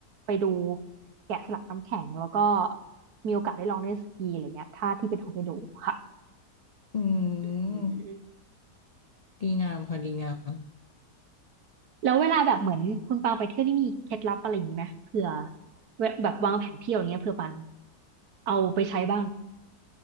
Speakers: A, on the right; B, on the left.
A: ไปดูแกะสลักน้ำแข็งแล้วก็มีโอกาสได้ลองเล่นสกีอะไรเงี้ยถ้าที่เป็นฮอกไกโดค่ะ
B: อื
A: อืม
B: ม ดีงามค่ะดีงาม
A: แล้วเวลาแบบเหมือนคุณปางไปเที่ยวนี่มีเคล็ดลับอะไรอย่างนี้ไหมเผื่อเวแบบวางแผนเที่ยวอย่างเงี้ยเผื่อปันเอาไปใช้บ้าง